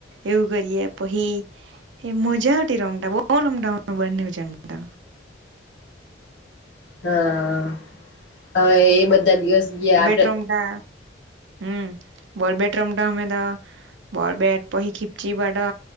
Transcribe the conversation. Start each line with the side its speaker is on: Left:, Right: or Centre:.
Right: એવું કરીએ પહી એ મજા આવતી રમટા બો રમતા અમે બંને જણ તા <inaudible>
Left: હા હવે એ બધા દિવસ ગયા
Right: બબેટ
Left: આપડે
Right: રમવા હમ બોલબટ રમતા અમે તો બોલબેટ પહી ખીપ્ચી પાટો